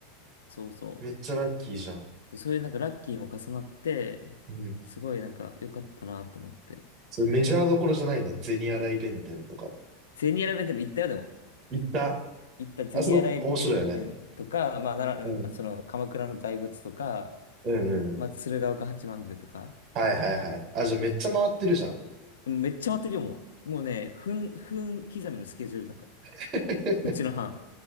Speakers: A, on the left (about 70°); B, on the right (about 35°).
A: そうそう。
B: めっちゃラッキーじゃん。
A: そういうなんかラッキーも重なって、
B: うん。
A: すごいなんか良かったなと思って。
B: それメジャーどころじゃないんだ。銭洗い弁天とか。
A: ゼニアラ弁店も行ったよ、でも。
B: 行った
A: 行ったゼニアラ弁店とか、
B: あそこ面白いよね。
A: まあ、奈良、
B: うん。
A: その鎌倉の大仏とか、
B: うんうんうん。
A: まあ、鶴岡八幡宮とか。
B: はいはいはい。あ、じゃあめっちゃ回ってるじゃん。
A: めっちゃ待ってるよ、もう。もうね、分、分刻みのスケジュールだから。
B: <laughs>
A: うちの班。